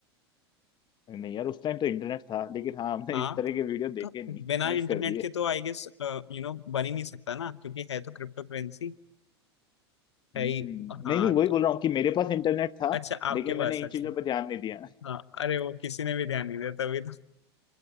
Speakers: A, on the left (about 30°); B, on the left (about 80°).
A: नहीं यार उस टाइम तो इंटरनेट था लेकिन हाँ हमने
B: हाँ
A: इस तरह के वीडियो देखे
B: तो
A: नहीं
B: बिना
A: मिस
B: इंटरनेट
A: कर दिए
B: के तो आई गेस यू नो बन ही नहीं सकता ना क्योंकि है तो क्रिप्टो करेंसी है
A: हम्म
B: ही हाँ
A: नहीं नहीं वही
B: तो
A: बोल रहा हूँ कि मेरे पास इंटरनेट था
B: अच्छा आपके
A: लेकिन मैंने
B: पास अच्छा
A: इन चीजों पर ध्यान नहीं दिया
B: हाँ अरे वो किसी ने भी ध्यान नहीं दिया तभी तो